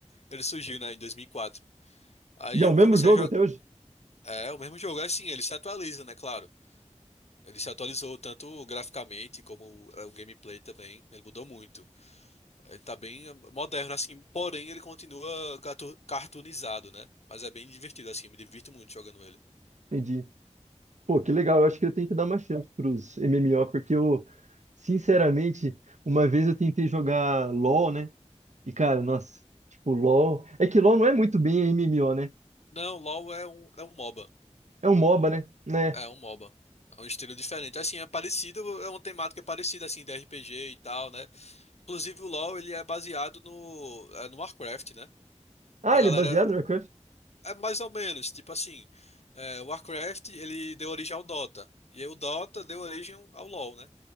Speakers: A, on the left; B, on the right.
A: ele surgiu, né, em 2004. Aí
B: E é
A: eu
B: o mesmo
A: comecei
B: jogo
A: a jogar.
B: até hoje?
A: É, o mesmo jogo, é assim, ele se atualiza, né, claro. Ele se atualizou tanto graficamente como o é, o gameplay também. Ele mudou muito. Ele tá bem eh, moderno, assim, porém ele continua cartu- cartoonizado, né? Mas é bem divertido, assim, me divirto muito jogando ele.
B: Entendi. Pô, que legal. Eu acho que eu tenho que dar uma chance pros MMO, porque eu, sinceramente, uma vez eu tentei jogar LoL, né? E, cara, nossa, tipo, LoL. É que LoL não é muito bem MMO, né?
A: Não, LoL é um, é um MOBA.
B: É um MOBA, né? Né?
A: É um MOBA. É um estilo diferente. Assim, é parecido, é uma temática parecida, assim, de RPG e tal, né? Inclusive o LoL, ele é baseado no, é, no Warcraft, né?
B: Ah,
A: A galera,
B: ele é baseado no Warcraft?
A: é mais ou menos, tipo assim, é, o Warcraft, ele deu origem ao Dota. E aí o Dota deu origem ao LoL, né?